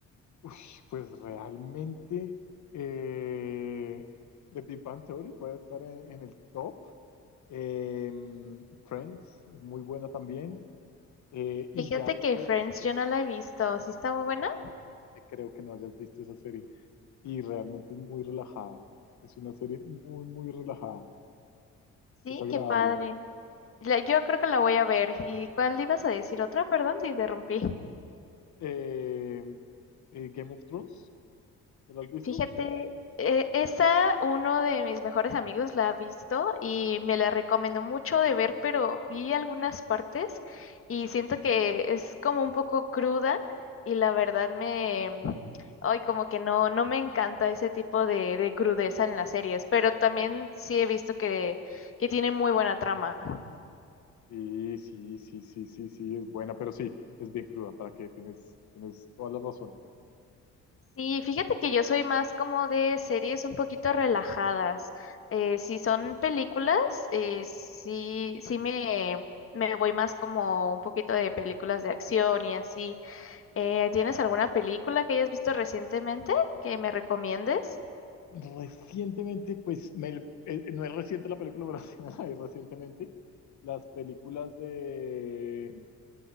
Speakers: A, on the left; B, on the left.
A: Uy, pues realmente eh, The Big Bang Theory puede estar en, en el top. Em, Friends es muy buena también. Eh, y
B: Fíjate
A: ya después,
B: que Friends
A: ye-
B: yo no la he visto. ¿Sí está muy buena?
A: no te creo que no hayas visto esa serie. Y realmente es muy relajada. Es una serie muy, muy relajada.
B: Sí,
A: Es agradable.
B: qué padre. La- yo creo que la voy a ver. ¿Y cuál ibas a decir otra? Perdón, te interrumpí.
A: Eh, eh, Game of Thrones, ¿te la has visto?
B: Fíjate, eh, esa uno de mis mejores amigos la ha visto y me la recomendó mucho de ver, pero vi algunas partes y siento que es como un poco cruda y la verdad me, ay, como que no, no me encanta ese tipo de, de crudeza en las series, pero también sí he visto que, que tiene muy buena trama.
A: Sí, sí, sí, sí, sí, sí, es buena, pero sí, es bien cruda, para que tienes, tienes toda la razón.
B: Sí, fíjate que yo soy más como de series un poquito relajadas. Eh, si son películas, eh, sí, sí me, me voy más como un poquito de películas de acción y así. Eh, ¿tienes alguna película que hayas visto recientemente que me recomiendes?
A: Recientemente, pues, me- eh, no es reciente la película, pero <laughs> sí me la vi recientemente, las películas de,